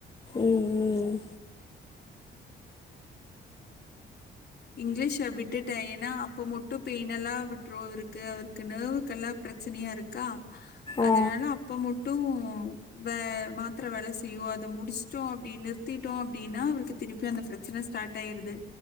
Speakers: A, on the left (about 30°); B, on the left (about 55°).
A: ம் ம் ம்
B: இங்லீஷ விட்டுட்டே ஏன்னா அப்ப மட்டு பெய்ன் எல்லா விட்ரு அவருக்கு அவருக்கு நெர்வுக்கெல்லா ப்ரச்சனையாருக்கா அதனால
A: ஆ
B: அப்ப மட்டு ம் வே மாத்தர வேல செய்யு அத முடிச்ட்டோ அப்டி நிறுத்திட்டோ அப் டினா அவருக்கு திருப்பி அந்த பிரச்சன ஸ்டார்ட் ஆயிருது